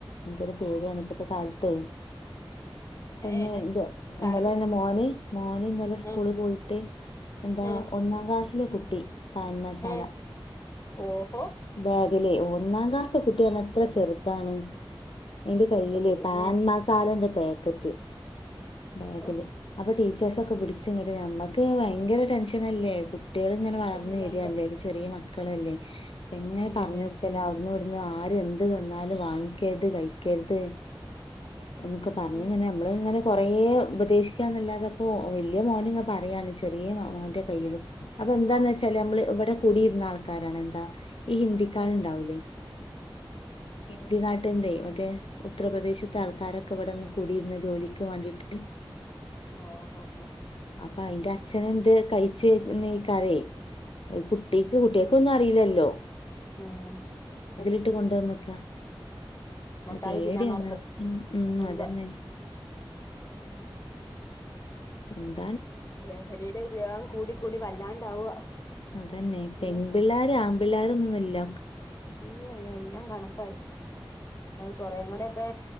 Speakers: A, on the left (about 80°); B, on the left (about 35°).
A: എനിക്കരു പേടിയാണ് ഇപ്പോഴത്തെ കാലത്ത
B: എന്താണ്
A: പിന്നെ എ ഇന്നലെ
B: പറഞ്ഞു
A: മോന് മോന് ഇന്നലെ സ്കൂള്
B: ഉം
A: പോയിട്ട് എന്താ
B: ഉം
A: ഒന്നാം ക്ലാസ് െ കുട്ടി പാൻ മസാല
B: ഉം ഓഹോ
A: ബാഗിലേ ഒന്നാം ക്ലാസ്സത്തെ കുട്ടിയാണ് എത്ര ചെറുത്താണ് അതിന്റെ കയ്യില്
B: എന്റെ ദൈവമേ
A: പാൻ മസാലന്റെ പാക്കറ്റ് ബാഗില്
B: ഓ
A: അപ്പൊ ച്ച ഒക്കെ പിടിച്ച കട്ട നമമ്മക്ക് ഭയങ്കര ടെൻഷൻല്ലേ കുട്ടികൾ ഇങ്ങനെ വളർന്ന്
B: പിന്നില്ലാണ്ട്
A: വരിയല്ലേ ഒരു ചെറിയ മക്കളല്ലേ എങ്ങനെ
B: പിന്നെയില്ലേ
A: പറഞ്ഞൊടുക്കല ന്നടന്ന് ആര എന്ത് തന്നാലും വാങ്ങിക്കരുത് കഴിക്കരുത് നൊക്കെ പറഞ്ഞങ്ങനെ
B: ഉം
A: നമ്മളങ്ങനെ കൊറേ ഉപദേശിക്കാന്നല്ലാതപ്പോൊ വലിയ മോന് ഇങ്ങ പറയാണ് ചെറിയ മോ കയ്യിയില് അപ്പൊ എന്താന്ന് വെച്ചാല്
B: ഉം
A: നമ്മള് ഇവിടെ കൂടിയിരുന്ന ആൾക്കാരാണ് എന്താ ഈ ഹിന്ദിക്കാല
B: ഉം
A: ഉണ്ടാവൂലേ
B: ഉം
A: ഹിന്ദി നാട്ടിന്റെ മറ്റേ ഉത്തർപ്രദേശത്തെ
B: ഉം
A: ആൾക്കാരൊക്കെ ഇവിടുന്ന് കൂടിയിരുന്ന ജോലി വണ്ടിട്ട്
B: ആഹ ഹഹ
A: അപ്പ അയിന്റെ അച്ഛന എന്റെ കഴിച്ചക്കാരേ കുട്ടിക്ക് കുട്ടികക്ക ഒന്നും അറ ല്ലോ
B: ആഹ
A: അിട്ട് കൊണ്ടുവന്നക്ക
B: മുട്ടായി
A: പടിയങ്ങ
B: തിന്നാന്നോർത്ത്
A: ഉ
B: വരുമ്പോ
A: അതന്നെ
B: ഉം
A: എന്ത്
B: ലഹരിയുടെ ഉപയോഗം കൂടി കൂടി വല്ലാണ്ടാവുക
A: അതന്നെ പെൺ
B: ഉം
A: പിിള്ളേർ ആംപിള്ളോരൊന്നന്നുമല്ല
B: ഉം അത എല്ലാം കണക്കായി കൊറേ കൂടെ ഒക്കെ